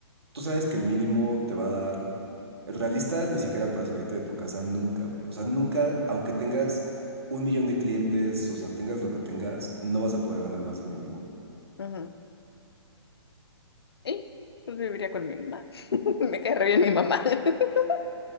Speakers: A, on the right; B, on the left.
A: tú sabes que el mínimo te va a dar Realista ni siquiera para salirte de tu casa nunca, güey. O sea, nunca, aunque tengas un millón de clientes, o sea, tengas lo que tengas, no vas a poder ganar más del mínimo.
B: ujú. Y pues viviría con mi mamá. <laughs> Me cae re bien mi mamá. <laughs>